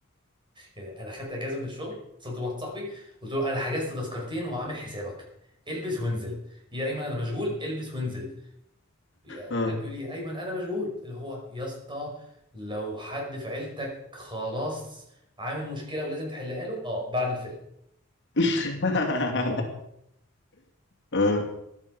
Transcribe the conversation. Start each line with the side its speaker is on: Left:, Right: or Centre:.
Right: يعني انا خدت اجازه من الشغل اتصلت بواحد صاحبي قلت له انا حجزت تذكرتين وعامل حسابك البس وانزل يا ايمن انا مشغول البس وانزل يا-
Left: اه
Right: بيقول لي يا ايمن انا مشغول اللي هو يا اسطى لو حد في عيلتك خلاص عامل مشكله ولازم تحلها له اه بعد الفيلم
Left: <laughs> اه